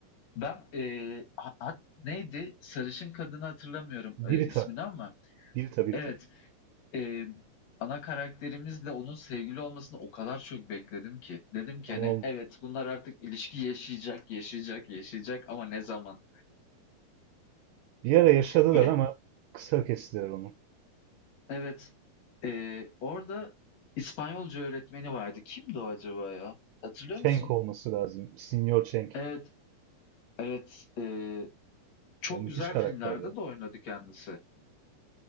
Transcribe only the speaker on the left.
Ben, eee, ha hat neydi? Sarışın kadını hatırlamıyorum,
eee, ismini ama
evet, eee, ana karakterimizle onun sevgili olmasını o kadar çok bekledim ki. Dedim ki,
hani,
evet bunlar artık ilişki yaşayacak, yaşayacak, yaşayacak ama ne zaman?
Ve
evet, eee, orada İspanyolca öğretmeni vardı. Kimdi o acaba ya? Hatırlıyor
musun?
Evet, evet, eee Çok
güzel
filmlerde
de oynadı kendisi.